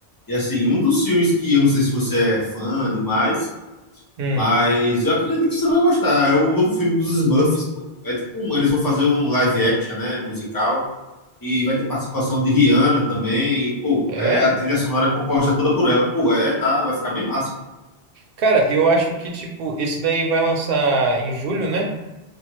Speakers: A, on the left (about 20°); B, on the right (about 65°).
A: E assim, um dos filmes que eu não sei se você é fã demais,
B: Hum,
A: mas eu acredito que você vai gostar. É o novo filme dos Smurfs, pô. É tipo um, eles vão fazer um live action, né, musical. E vai ter participação de Rihanna também. E, pô,
B: é?
A: é, a trilha sonora é composta toda por ela. Pô, é, tá, vai ficar bem massa.
B: Cara, eu acho que, tipo, esse daí vai lançar em julho, né?